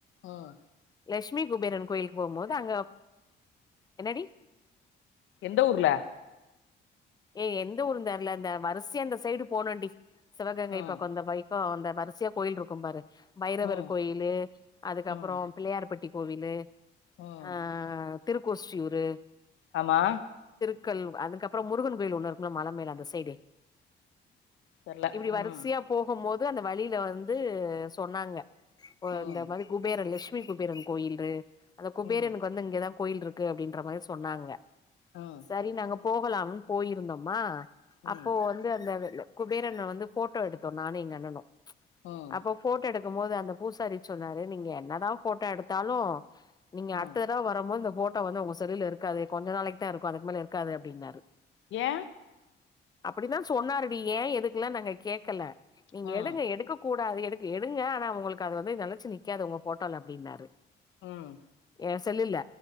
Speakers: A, on the left (about 75°); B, on the left (about 20°).
A: உம்
B: லெட்சுமி குபேரன் கோயிலுக்கு போகும்போது அங்க என்னடி
A: எந்த ஊர்ல
B: ஏ எந்த ஊருந்தெர்ல அந்த வரிசியா அந்த சைடு போனோண்டி சிவகங்கை
A: ம்
B: பக்கோ இந்தமாரி அந்த வரிசியா கோயில் இருக்கும் பாரு பைரவர்
A: ம்
B: கோயிலு அதுக்கப்புறோ
A: ம்
B: பிள்ளையார்பட்டி கோவிலு
A: ம்
B: ஆ திருக்கோஷ்டியூரு
A: ஆமா
B: க்கல் அதுக்கப்றொ முருகன் கோயில் ஒன்னு இருக்கும்ல மல மேல அந்த சைடே
A: தெர்ல
B: இப்டி வரிசையா
A: ம்
B: போகும்மோ து அந்த வழில வந்து சொன்னாங்க ஒ
A: ம்
B: இந்த மாரி‌ குபேர லெக்ஷ் மி குபேரன் கோயில்லு அந்த குபேரனுக்கு
A: ம்
B: வந்து இங்கதா கோயில்ருக்கு அப்டின்ற மாரி சொன்னாங்க
A: ம்
B: சரி நாங்க போகலாம் போயிருந்தொமா
A: ம்
B: அப்போ வந்து அந்த வெ குபேரன வந்து ஃபோட்டோ எடுத்தோ நானு எங்க அண்ணனு
A: ம்
B: அப்ப ஃபோட்டோ எடு க்கும்மோது அந்த பூசாரி சொன்னாரு நீங்க என்னதா ஃபோட்டோ எடுத்தாலு நீங்க
A: ம்
B: அடுத்த தடவ வரம்மோந்த ஃபோட்டோ வந்து உங்க செல்லுல இருக்காது கொஞ்ச நாளைக் தா இருக்கு அதுக்கு மேல இருக்காது அப்டின்னாரு
A: ஏ?
B: அப்பிடிதா சொன்னாருடி ஏ எதுக்குல்லா நாங்க கேக்கல நீங்க
A: ம்
B: எடுங்க எடுக்க கூ டாது எடுக்க எடுங்க ஆனா உங்களுக்கு அது வந்து நெலச்சு நிக்காது உங்க ஃபோட்டோல அப்டின்னாரு
A: ம்
B: ஏ செல்லுல